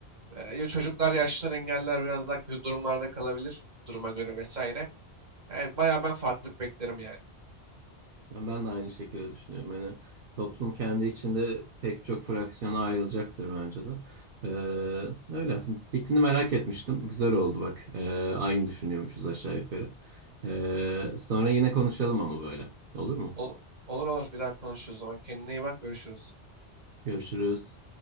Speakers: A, on the right; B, on the right.
A: E, ya çocuklar, yaşlılar, engelliler biraz daha kötü durumlarda kalabilir duruma göre vesaire. Yani bayağı ben farklılık beklerim yani.
B: Ben ben de aynı şekilde düşünüyorum. Hani toplum kendi içinde pek çok fraksiyona ayrılacaktır bence de. Ee, öyle. Fikrini merak etmiştim. Güzel oldu bak. Ee, aynı düşünüyormuşuz aşağı yukarı. Ee, sonra yine konuşalım ama böyle. Olur mu?
A: Ol- olur olur bir daha konuşuruz o zaman. Kendine iyi bak görüşürüz.
B: Görüşürüz.